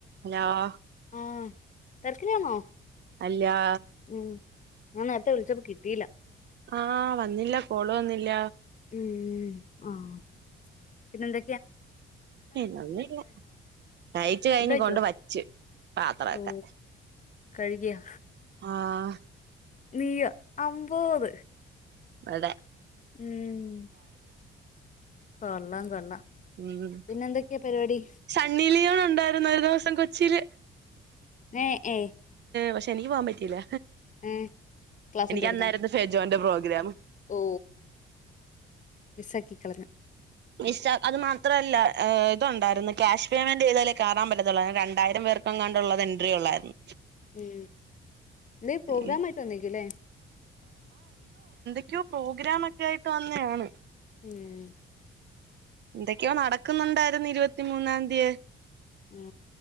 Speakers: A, on the right; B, on the left.
A: Hello
B: ആഹ് തിരക്കിലാണോ
A: അല്ലാ
B: ഉം ഞാൻ നേരത്തെ വിളിച്ചപ്പോ കിട്ടീല്ല
A: ആഹ വന്നില്ല കോള് വന്നില്ല
B: മ്മ് -മ്മ് ആഹ പിന്നെ എന്ത
A: പിന്നൊന്നില്ല കഴിച്ച് കഴിഞ്ഞ്
B: ഫുഡ് കഴിച്ചോ
A: കൊണ്ട് വച്ച് പാത്രൊക്കെ
B: ഓ കഴുകിയാ
A: ആഹ
B: നീ അമ്പോത്
A: അടെ
B: ഉം കൊള്ളാം കൊള്ളാം
A: ഉം
B: പിന്നെന്തൊക്കെയാ പരിപാടി
A: സണ്ണിലിയോൺ ണ്ടായിരുന്നു ഒരു ദിവസം കൊച്ചിയില്
B: ഏ ഏ
A: പക്ഷെ എനിക്ക് പോവാൻ പറ്റില്ല
B: ഏ ക്ലാസ്
A: എനിക്ക്
B: ഉണ്ടായിരുന്നോ
A: അന്നായിരുന്നു ഫെജോന പ്രോഗ്രാം
B: ഓ മിസ്സാക്കി <unintelligible>
A: <unintelligible> അത് മാത്രമല്ല ഇതുണ്ടായിരുന്നു ക്യാഷ് പേയ്മെന്റ് ചെയ്താലേ കറാൻ പത്തുള്ളായിരുന്നു രണ്ടായിരം പേർക്കെങ്ങാണ്ടുള്ളത് എൻട്ര ഉള്ളായിരുന്നു.
B: ഉം നീ പ്രോഗ്രാമായിട്ട്
A: ഉം
B: ഒന്നിക്കല്ലേ.
A: റ്റോ പ്രോഗ്രാം ഒക്കെ ആയിട്ട് വന്നെയാണ്.
B: ഉം.
A: എന്തൊക്കെയോ നടക്കുന്നുണ്ടായിരുന്നു ഇരുപത്തി മൂന്നാം തിയെ-
B: ഉം.